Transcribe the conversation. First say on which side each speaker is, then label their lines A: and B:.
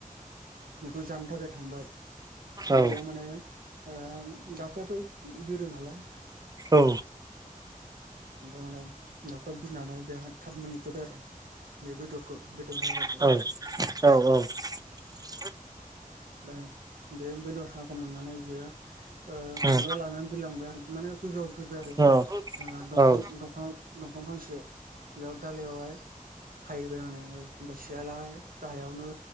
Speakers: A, on the right; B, on the right.
A: बेखौ जानो थाखाय थांबाय
B: औ
A: बेयाव माने ओ दाउखायाथ' बिरो नालाय
B: औ
A: ओमफाय माने दावखा बिनानै बेहा थाब मोनग्रोबाय आरो बे बेदरखौ हाराखौ
B: औ औ औ
A: दा बे बेदर हाराखौ मोननानै बियो ओ खुगायाव
B: उम
A: लानानै बिलांबाय आरो माने गोजौआव बिरबाय आरो ओ
B: औ औ उम औ
A: दंफां
B: औ
A: दंफाङाव दंफां फांसे बेयाव दालायावहाय थाहैबाय माने ओ ओफाय सियाला गाहायावनो